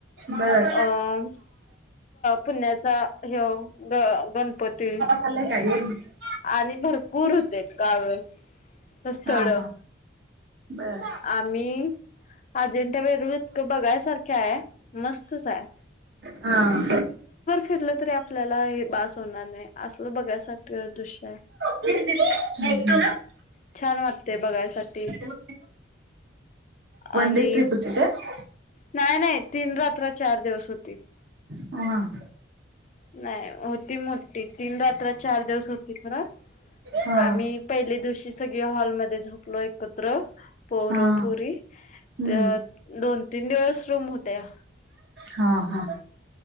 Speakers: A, on the right (about 60°); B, on the left (about 40°).
A: बर
B: अं, पुण्याचा ह्यो ग गणपती.
A: चाललंय साडी वर ही
B: आणि भरपूर हुत्यात गाव, स्थळ.
A: हा हा बर
B: आम्ही अजेंठा वेरूळ इतकं बघाय सारख हाय मस्तच हाय.
A: हां
B: फिरलं तरी आपल्याला हे बास होणार नाही, असल बघायसारख दृश्य हाय.
A: <unintelligible>
B: छान वाटतय बघायसाठी
A: ना. वन
B: आणि
A: डे ट्रिप होती काय?
B: नाही नाही तीन रात्र चार दिवस होतीतं
A: हां
B: नाही होती मोठी, तीन रात्र, चार दिवस होती खरं
A: हा
B: आम्ही पहिल्या दिवशी सगळी हॉलमध्ये झोपलो एकत्र, पोरं-पुरी
A: हा हम्म
B: त्यात दोन, तीन दिवस रूम होत्या.
A: हां हां